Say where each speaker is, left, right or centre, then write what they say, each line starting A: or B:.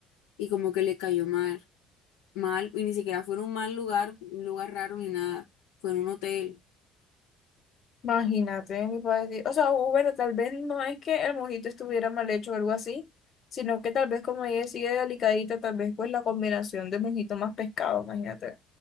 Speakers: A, on the left; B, on the left.
A: y como que le cayó mal, mal, y ni siquiera fue en un mal lugar, un lugar raro ni nada, fue en un hotel,
B: Imagínate, ni para decir. O sea, o bueno, tal vez no es que el mojito estuviera mal hecho o algo así, sino que tal vez como ella sigue delicadita, tal vez pues la combinación de mojito más pescado, imagínate.